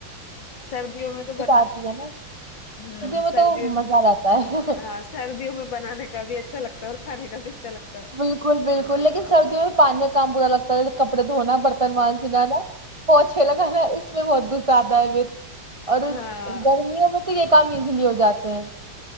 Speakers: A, on the left (about 70°); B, on the right (about 40°).
A: سردیوں میں تو بناان
B: آتی ہے نا میں
A: سردیوں
B: تو مزہ رہتا ہے
A: ہاں سردیوں میں بنانے کا بھی اچھا لگتا ہے اور کھے کا بھی اچھا لگتا ہے
B: بالکل بالکل لیکن سردیوں میں پانی کام پرا لگتا ہے کپڑ دھونا برتن مان جنا نا وہ اچھے لگا نا اس میں بہت <inaudible> اور
A: ہاں
B: گرمیوں میں تو یہ کم ایزیلی ہو جاتے ہیں